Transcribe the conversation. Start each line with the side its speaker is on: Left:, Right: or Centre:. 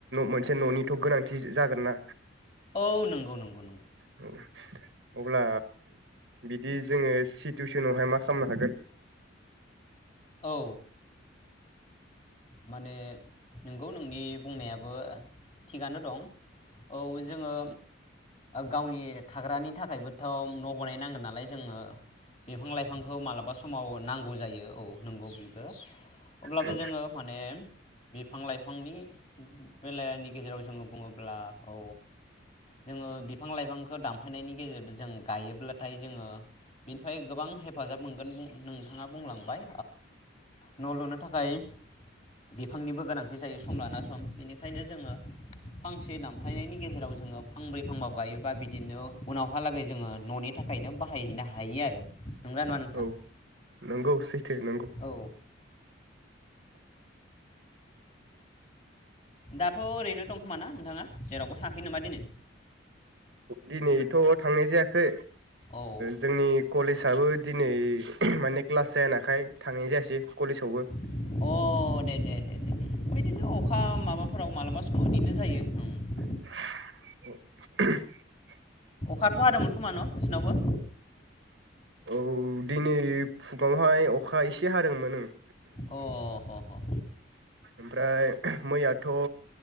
Right: मोनसे न'निथ गोनांथि जागोन ना
Left: औ नंगौ नंगौ
Right: औ अब्ला बिदि जोङो सिटुवेसनावहाय मा खालामनो हागोन
Left: औ माने नोंगौ नोंनि बुंनायाबो थिगानो दं औ जोङो गावनि थाग्रानि थाखायबोथ न' बनाय नांगोन नालाय जोङो बिफां लाइफांखौ मालाबा समाव नांगौ जायो औ नंगौ बेबो अब्लाबो
Right: औ
Left: जोङो माने बिफां लाइफांनि बेलानि गेजेराव जोङो बुङोब्ला औ जोङो बिफां लाइफांखौ दानफायनायनि गेजेरजों गायोब्लाथाय जोङो बिनिफ्राय गोबां हेफाजाब मोनगोन नोंथाङा बुंलांबाय न' लुनो थाखाय बिफांनिबो गोनांथि जायो सम लाना सम बेनिखायनो जोङो फांसे दामफायनायनि गेजेराव जोङो फांब्रै फांबा गायोबा बिदिनो उनावहालागै जोङो न'नि थाखायनो बाहायहैनो हायो आरो नंगौना नङा नोंथां
Right: औ नंगौ सै थो नंगौ
Left: औ दाथ' ओरैनो दंखोमा ना नोंथाङा जेरावबो थाखै नामा दिनै
Right: दिनैथ' थांनाय जायाखै
Left: औ
Right: जोंनि कलेजआबो दिनै माने क्लास जायानाखाय थांनाय जायासै कलेजावबो
Left: अ दे दे दे बिदिनो अखा माबा फोराव मालाबा सबिदिनो जायो
Right: औ
Left: अखाथ' हादोंमोन खोम न' नोंसिनावबो
Right: औ दिनै फुङावहाय अखा एसे हादोंमोन ओं
Left: अ अ अ
Right: ओमफ्राय मैयाथ